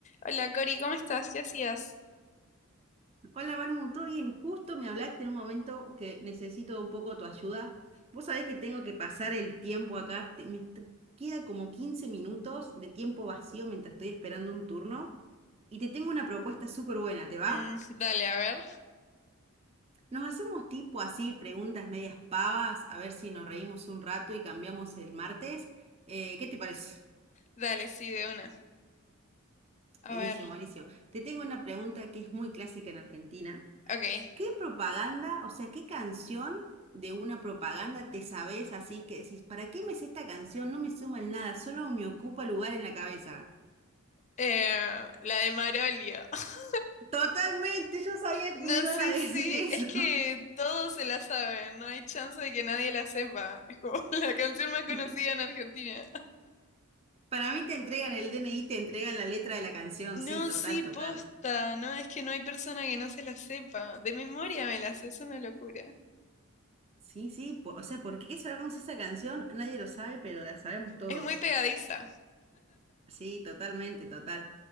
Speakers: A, on the left; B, on the right.
A: Hola Cori, ¿cómo estás? ¿Qué hacías?
B: Hola Manu, ¿todo bien? Justo me hablaste en un momento que necesito un poco tu ayuda. Vos sabés que tengo que pasar el tiempo acá, te- me t- queda como 15 minutos de tiempo vacío mientras estoy esperando un turno y te tengo una propuesta súper buena, ¿te va?
A: Mm, dale, a ver.
B: Nos hacemos tipo así, preguntas medias pavas, a ver si nos reímos un rato y cambiamos el martes. Eh, ¿qué te parece?
A: Dale, sí, de una. A
B: Buenísimo,
A: ver.
B: buenísimo. Te tengo una pregunta que es muy clásica en Argentina.
A: Ok.
B: ¿Qué propaganda, o sea, qué canción de una propaganda te sabes así que decís, ¿para qué me sé esta canción? No me suma en nada, solo me ocupa lugar en la cabeza.
A: Eh, la de Marolio. <laughs>
B: Totalmente, yo sabía
A: No,
B: que me ibas
A: sí,
B: a decir
A: sí.
B: eso.
A: Es que todos se la saben. No hay chance de que nadie la sepa. Es como <laughs> la canción
B: <laughs>
A: más conocida en Argentina.
B: Para mí te entregan el DNI, te entregan la letra de la canción,
A: No,
B: sí, total,
A: sí,
B: total.
A: posta. No, es que no hay persona que no se la sepa. De memoria me la sé. Es una locura.
B: Sí, sí, po- o sea, ¿por qué sabemos esa canción? Nadie lo sabe, pero la sabemos todos.
A: Es muy pegadiza.
B: Sí, totalmente, total.